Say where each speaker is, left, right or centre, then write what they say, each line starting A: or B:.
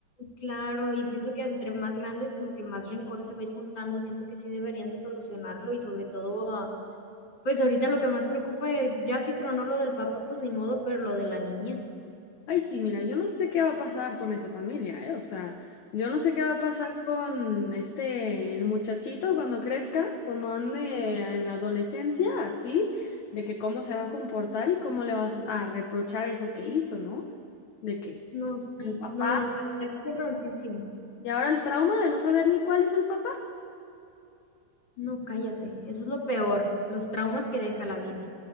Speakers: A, on the left; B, on the left.
A: Claro, y siento que entre más grandes, como que más rencor se va a ir juntando. Siento que sí deberían de solucionarlo y sobre todo, ah, pues ahorita lo que más preocupa, eh, ya si tronó lo del papá, pues ni modo, pero lo de la niña,
B: Ay, sí, mira, yo no sé qué va a pasar con esa familia, ¿eh? O sea, yo no sé qué va a pasar con este, el muchachito cuando crezca, cuando ande en la adolescencia, así, de que cómo se va a comportar y cómo le vas a reprochar eso que hizo, ¿no? De que
A: no, sí,
B: el papá,
A: no, no, no, está cabroncísimo.
B: y ahora el trauma de no saber ni cuál es el papá.
A: No, cállate, eso es lo peor, los traumas que deja la vida.